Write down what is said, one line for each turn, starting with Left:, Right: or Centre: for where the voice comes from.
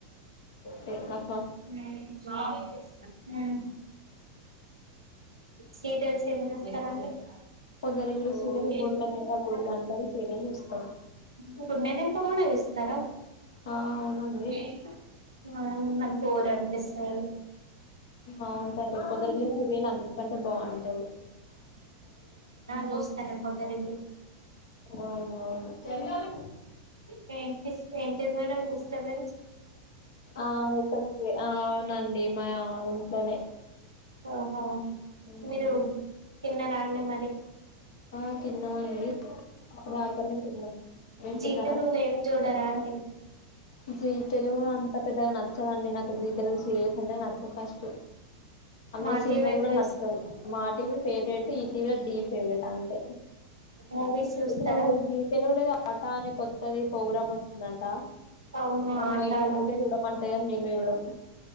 Left: టె నన్
Right: ఉ అవును సీరియల్స్ ఏం చూస్తారండి
Left: కొందరు
Right: ఉ
Left: ఇల్లు సీరియల్ గుండె నిండా గుడి అంటారు సీరియల్ చూస్తాం
Right: ఇప్పుడు నేనింతే కూడా చూస్తారా
Left: ఆ అవునండి
Right: ఇంగ అవునండి ఫోర్ ఎంపి సె
Left: అవును రా రేపొద్దగి లేస్తే వేలు అన్లనే కంటే బాగుంటది
Right: చూస్తా నేను పొద్దటిలి
Left: అవునవును
Right: వినిపిస్ ఏంటిది మేడం డిస్టపెన్స్
Left: ఆ ఇక్కడ వే అవునండి మా ఇంట్లోనే
Right: ఓహో
Left: ఉమ్,
Right: మీరు తిన్న రాండి మరి
Left: ఆ తిన్నామండి ఇప్పుడు ఆకనే తిన్నాం మీరు
Right: జీ
Left: తిన్నారా
Right: తెలుగుల ఏం చూడరా అండి
Left: జీ తెలుగు అంత పెద్దగా నచ్చదండి నాకు జీ తెలుగు సీరియల్స్ అంటే నచ్చదు ఫస్ట్ అందలో
Right: మా
Left: సినిమాలు
Right: టీవీ ఎక్కువ
Left: కూడా నచ్చవు
Right: చూస్తారు
Left: మా టీవీ ఫేవరెట్ ఈ టీవీల డి ఫేవరెట్ అంతే
Right: మూవీస్ చూస్తారా
Left: ఇప్పుడు జీ తెలుగు లేదో ఆటా అనే కొత్తది ప్రోగ్రాం వచ్చిందంట
Right: అవునా
Left: మా
Right: ఆటాల
Left: మేడం ఊకే చూడమంటది కానీ మేమే చూడం